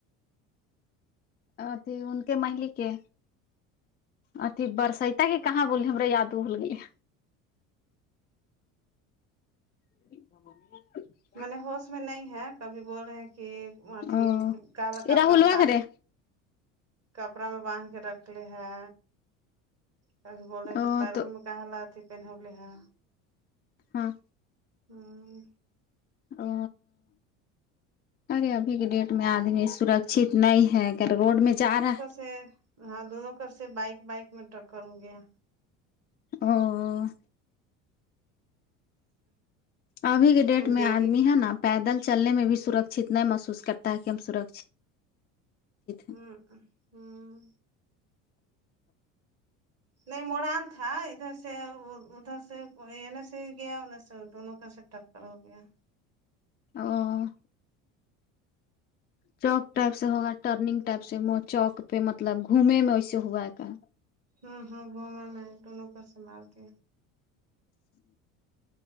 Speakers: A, on the left (about 25°); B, on the right (about 40°).
A: اتھی ان کے مہلی کے اتیھی برستا کی کہاں بول ہما د بول گئی ہے <inaudible>
B: منے ہوش میں نہیں ہے کبھی بول رہے ہیں کہ ماتھ
A: او
B: کالا کپڑا
A: یہ راہلوا
B: میں باندھ
A: کرے
B: کپڑا میں باندھ کے رکھ لے ہے کبھی بول رہے
A: ا
B: کہ پرو
A: تو
B: میں کہلہ ا پینول ہے
A: ہاں
B: ہاں
A: او ارے ابھی کے ڈیٹ میں آدمی سرک چت نہیں ہے کہ روڈ میں جا رہا
B: ا <unintelligible> ہاں دونوں کر سے بائک بائک میں ٹکر ہو گیا
A: او ابھی کے ڈیٹ میں
B: ڈیلی
A: آدمی ہے نا پیدل چلنے میں بھی سرکھچت ن محسوس کرتا ہے کہ ہم سرکچت
B: ہوں
A: ہیں
B: ہوں نہیں مڑان تھا ادھر سے ادھر سے ن سے گیا ن س دون کا سٹر ہو گیا
A: اور چوک ٹائپ سے ہوگا ٹرنگ ٹائپ سے چوک پہ مطلب گھوم میں وس ہوا کا
B: ہوں ہوں وہ میں مٹ <inaudible> نوںک سے مارتی